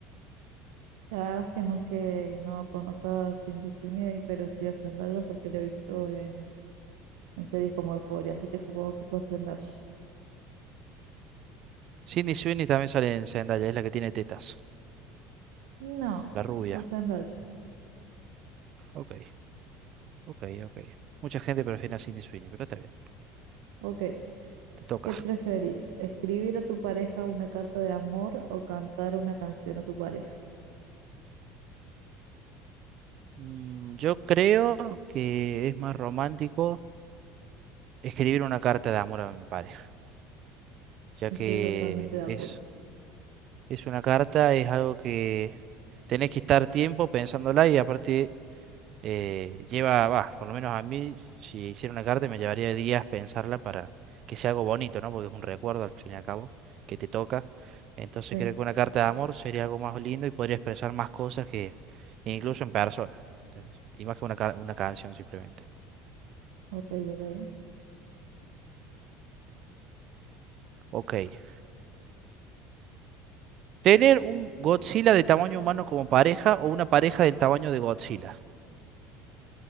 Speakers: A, on the right (about 75°); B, on the right (about 55°).
A: La verdad es que no es que no conozco a Cindy Sweeney, pero sí a Zendaya porque la he visto en, en series como Euphoria, así que supongo que con Zendaya.
B: Sydney Sweeney también sale en Zendaya, es la que tiene tetas,
A: No,
B: la rubia.
A: con Zendaya.
B: Ok, ok, ok. Mucha gente prefiere a Sydney Sweeney, pero está bien,
A: Ok.
B: te toca.
A: ¿Qué preferís? ¿Escribir a tu pareja una carta de amor o cantar una canción a tu pareja?
B: Mm, yo creo que es más romántico escribir una carta de amor a mi pareja, ya
A: Estoy
B: que
A: totalmente de acuerdo.
B: es, es una carta, es algo que tenés que estar tiempo pensándola y aparte eh, lleva, va, por lo menos a mí, si hiciera una carta me llevaría días pensarla para que sea algo bonito, ¿no? Porque es un recuerdo al fin y al cabo que te toca. Entonces
A: Sí,
B: creo que una carta de amor sería algo más lindo y podría expresar más cosas que incluso en persona, ¿entendés? Y más que una, ca- una canción simplemente.
A: ok, ok.
B: Ok. Tener un Godzilla de tamaño humano como pareja o una pareja del tamaño de Godzilla.